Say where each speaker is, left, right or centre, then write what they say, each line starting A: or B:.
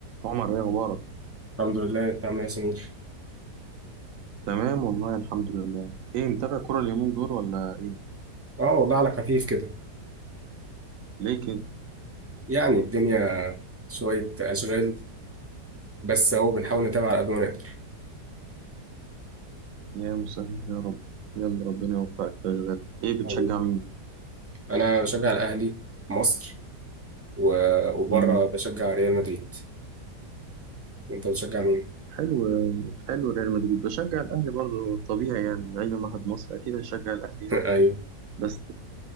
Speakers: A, on the right (about 60°); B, on the right (about 25°).
A: عمر ايه اخبارك
B: الحمد لله انت عامل ايه يا سمير
A: تمام والله الحمد لله ايه متابع كرة اليومين دول ولا ايه
B: اه والله على خفيف كده
A: ليه كده
B: يعني الدنيا شوية أشغال بس هو بنحاول نتابع على قد ما نقدر
A: يا مسهل يا رب يلا ربنا يوفقك في اشغالك ايه
B: يعني
A: بتشجع مين
B: أنا بشجع الأهلي مصر و... وبره
A: مم.
B: بشجع ريال مدريد أنت بتشجع مين؟
A: حلو حلو ريال مدريد بشجع الاهلي برضه طبيعي يعني اي واحد مصري اكيد هيشجع الاهلي يعني
B: <laughs> أيوه
A: بس